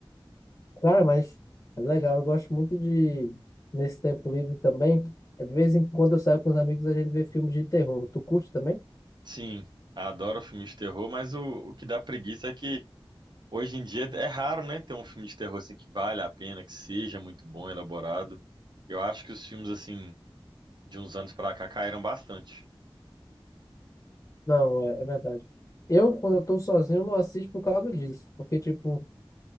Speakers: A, on the left; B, on the right.
A: Cara, mas é legal, eu gosto muito de, nesse tempo livre também, é de vez em quando eu saio com os amigos, a gente vê filmes de terror. Tu curte também?
B: Sim, adoro filme de terror, mas o, o que dá preguiça é que hoje em dia é raro, né, ter um filme de terror assim que vale a pena, que seja muito bom, elaborado. Eu acho que os filmes assim de uns anos pra cá caíram bastante.
A: Não, é, é verdade. Eu, quando eu tô sozinho, não assisto por causa disso, porque, tipo,